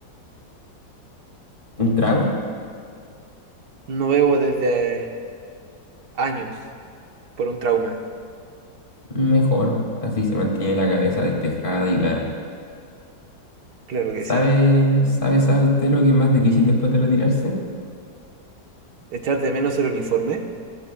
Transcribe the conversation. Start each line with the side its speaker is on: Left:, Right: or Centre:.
Left: ¿Un trago?
Right: No bebo desde años por un trauma.
Left: Mejor, así se mantiene la cabeza despejada y clara.
Right: Claro que
Left: ¿Sabe,
Right: sí.
Left: sabe, sabe usted lo que es más difícil después de retirarse?
Right: ¿Echar de menos el uniforme?